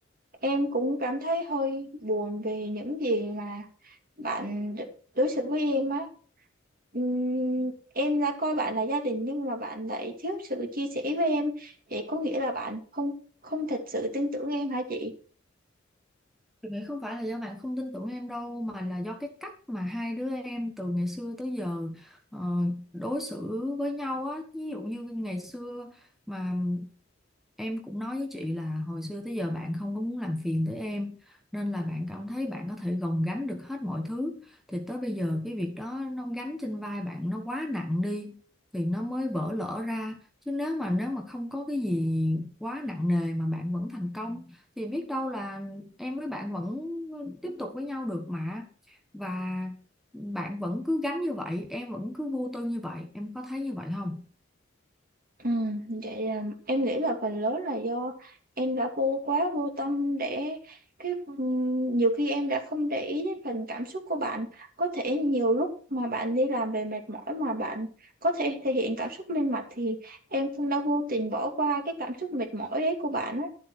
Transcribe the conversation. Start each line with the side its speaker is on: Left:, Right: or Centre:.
Right: em cũng cảm thấy hơi buồn về những gì mà bạn đ- đối xử với em á. Ừm, em đã coi bạn là gia đình nhưng mà bạn lại thiếu sự chia sẻ với em vậy có nghĩa là bạn không không thật sự tin tưởng em hả chị
Centre: Tôi nghĩ không phải là do bạn không tin tưởng em đâu mà là do cái cách mà hai đứa em từ ngày xưa tới giờ ờ, đối xử với nhau á ví dụ như ngày xưa mà Em cũng nói với chị là hồi xưa tới giờ bạn không có muốn làm phiền tới em nên là bạn cảm thấy bạn có thể gồng gánh được hết mọi thứ thì tới bây giờ cái việc đó nó gánh trên vai bạn nó quá nặng đi thì nó mới vỡ lở ra chứ nếu mà nếu mà không có cái gì quá nặng nề mà bạn vẫn thành công thì biết đâu là em với bạn vẫn tiếp tục với nhau được mà và bạn vẫn cứ gánh như vậy em vẫn cứ vô tư như vậy em có thấy như vậy không?
Right: ừ, vậy là em nghĩ là phần lớn là do em đã vô quá vô tâm để cái ừm, nhiều khi em đã không để ý đến phần cảm xúc của bạn có thể nhiều lúc mà bạn đi làm về mệt mỏi mà bạn có thể thể hiện cảm xúc lên mặt thì em cũng đã vô tình bỏ qua cái cảm xúc mệt mỏi đấy của bạn á.